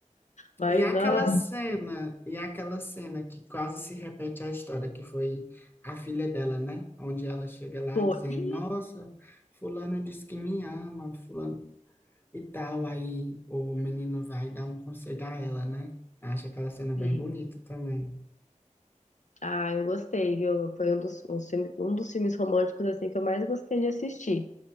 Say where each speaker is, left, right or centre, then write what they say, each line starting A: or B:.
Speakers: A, on the left; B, on the left.
A: Mas
B: E aquela
A: não,
B: cena, e aquela cena que quase se repete a história, que foi a filha dela, né? Onde ela chega lá
A: pô,
B: dizendo,
A: e...
B: nossa, fulano disse que me ama, fulano e tal. Aí o menino vai dar um conselho a ela, né? Acho aquela cena bem
A: e-
B: bonita também.
A: Ah, eu gostei, viu? Foi um dos, uns filmes- um dos filmes românticos, assim, que eu mais gostei de assistir.